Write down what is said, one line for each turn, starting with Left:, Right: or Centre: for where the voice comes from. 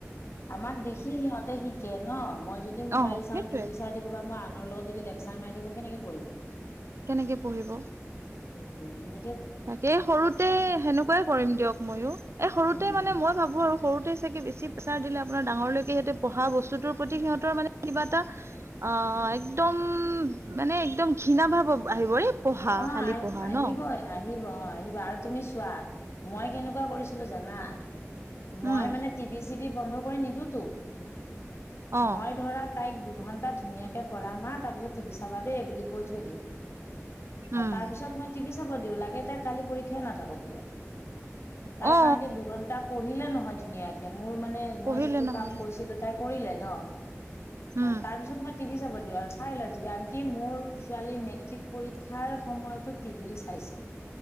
Left: আমাক দেখি সিহঁতে শিকে ন, মই যদি
Right: অ
Left: মোবাইল চাও
Right: সেইটোৱে
Left: টিভি চাই থাকো বা মই আনৰ লগত যদি লেকচাৰ মাৰি থাকো কেনেকে পঢ়িব।
Right: কেনেকে পঢ়িব?
Left: অ <unintelligible>
Right: তাকে সৰুতে সেনেকুৱাই কৰিম দিয়ক ময়ো, এই সৰুতে
Left: উম
Right: মানে মই ভাবো আৰু সৰুতে চাগে কি বেছি বেছি প্ৰেছাৰ দিলে আপোনাৰ ডাঙৰলৈকে সিহঁতে পঢ়া বস্তুটোৰ প্ৰতি সিহঁতৰ মানে কিবা এটা অ একদম মানে একদম ঘৃণা ভাৱ আ আহিব এই পঢ়া
Left: অ
Right: খালি
Left: আহ
Right: পঢ়া
Left: আহিবই
Right: ন।
Left: আহিব অ আহিব আৰু তুমি চোৱা, মই কেনেকুৱা কৰিছিলো জানা মই
Right: উম
Left: মানে টিভি চিভি বন্ধ কৰি নিদো তো।
Right: অ
Left: মই ধৰা তাইক দু ঘণ্টা ধুনীয়াকে পঢ়া মাঁ তাৰপিছত টিভি চাবা দেই বুলি কৈ থৈ দিওঁ।
Right: উম
Left: আৰু তাৰ পিছত মই টিভি চাব দিওঁ লাগে তাই কালি পৰীক্ষাই নাথাকক কিয়। তাই
Right: অ
Left: কাৰণ কি দুঘন্টা পঢ়িলে নহয় ধুনীয়াকে। মোৰ মানে
Right: পঢ়িলে
Left: মই যিটো
Right: নহয়
Left: কাম কৈছিলো তাই কৰিলে ন।
Right: উম
Left: অ তাৰপিছত মই টিভি চাব দিওঁ আৰু চাই লয় টিভি। আনকি মোৰ ছোৱালী মেট্ৰিক পৰী ক্ষাৰ সময়তো টিভি চাইছে।